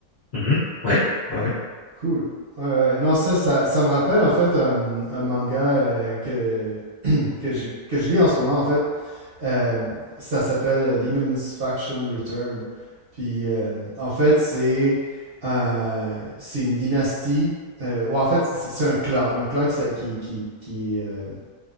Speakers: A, on the left (about 45°); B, on the right (about 45°).
A: Mhm. Ouais, ouais, ouais.
B: Cool. Ouais, ouais. Non, ça, ça, ça, me rappelle en fait un, un manga euh, que, que, je, que je lis en ce moment, en fait, euh, ça s'appelle Demon's Faction Return. Puis euh, en fait, c'est euh, c'est une dynastie. euh, ou en fait, c'est un clan. Un clan qui. qui, qui, qui, euh,